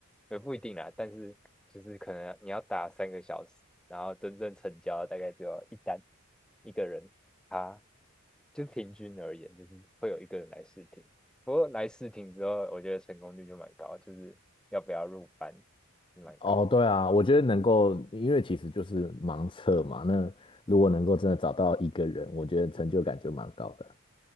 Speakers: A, in the centre; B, on the left.
A: 也不一定啦。但是就是可能你要打三个小时，然后真正成交大概就要一单一个人，他就平均而言，就是会有一个人来试听。不过来试听之后，我觉得成功率就蛮高，就是要不要入班是蛮高的。
B: 哦，对啊，我觉得能够，因为其实就是盲测嘛。那如果能够真的找到一个人，我觉得成就感就蛮高的。